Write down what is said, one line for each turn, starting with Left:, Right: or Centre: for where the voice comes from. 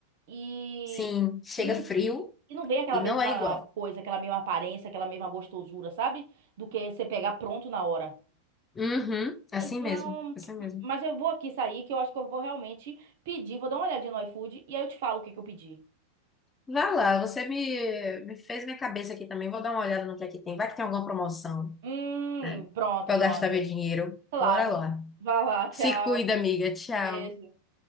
Right: e,
Left: Sim, chega
Right: e não
Left: frio
Right: e não vem aquela
Left: e
Right: mesma
Left: não é igual.
Right: coisa, aquela mesma aparência, aquela mesma gostosura, sabe? Do que você pegar pronto na hora.
Left: Uhum, assim
Right: Então,
Left: mesmo, assim mesmo.
Right: mas eu vou aqui sair, que eu acho que eu vou realmente pedir. Vou dar uma olhadinha no iFood e aí eu te falo o que que eu pedi.
Left: Vai lá, você me, me fez minha cabeça aqui também. Vou dar uma olhada no que é que tem. Vai que tem alguma promoção,
Right: Hum,
Left: né?
Right: pronto,
Left: Pra
Right: pronto.
Left: eu gastar meu dinheiro.
Right: Claro.
Left: Bora lá.
Right: Vai lá, <laughs> tchau.
Left: Se cuida, amiga. Tchau.
Right: Beijo.